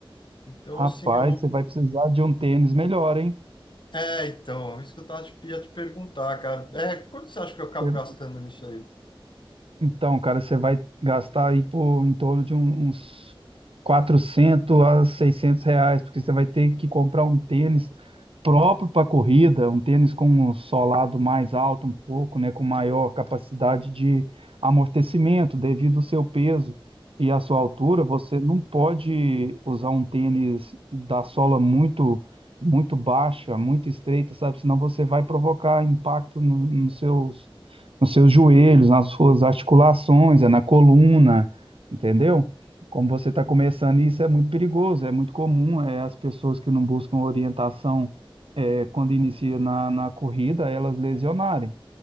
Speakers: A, on the left; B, on the right.
A: Então,
B: Rapaz,
A: assim, eu não.
B: você vai precisar de um tênis melhor, hein?
A: É, então, isso que eu tava te, ia te perguntar, cara. É, quanto você acha que eu acabo
B: Você
A: gastando nisso aí?
B: Então, cara, você vai gastar aí por em torno de um- uns 400 a 600 reais, porque você vai ter que comprar um tênis próprio para corrida, um tênis com um solado mais alto um pouco, né, com maior capacidade de amortecimento devido ao seu peso e à sua altura. Você não pode usar um tênis da sola muito muito baixa, muito estreita, sabe? Senão você vai provocar impacto no, nos seus nos seus joelhos, nas suas articulações, é na coluna, entendeu? Como você está começando, isso é muito perigoso, é muito comum, é, as pessoas que não buscam orientação é, quando inicia na, na corrida, elas lesionarem,